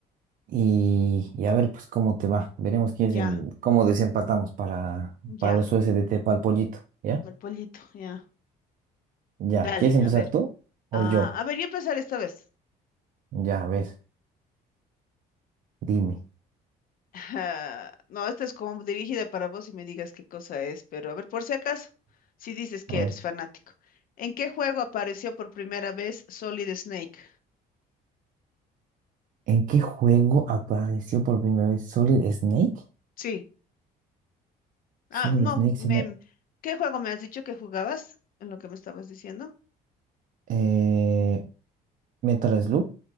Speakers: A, on the right (about 55°); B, on the left (about 55°).
A: Y, y a ver, pues, cómo te va. Veremos quién es
B: Ya,
A: el, cómo desempatamos para,
B: ya,
A: para los U S D T para el pollito, ¿ya?
B: el pollito, ya,
A: Ya,
B: dale,
A: ¿quieres empezar
B: a ver,
A: tú o
B: ah,
A: yo?
B: a ver, yo empezar esta vez.
A: Ya, a ver, dime.
B: Ajá. No, esta es como dirigida para vos y me digas qué cosa es, pero a ver, por si acaso, si dices que
A: A ver,
B: eres fanático. ¿En qué juego apareció por primera vez Solid Snake?
A: ¿en qué juego apareció por primera vez Solid Snake?
B: Sí. Ah,
A: Solid
B: no,
A: Snake
B: me,
A: se me...
B: ¿qué juego me has dicho que jugabas en lo que me estabas diciendo?
A: eh, Metal Slug.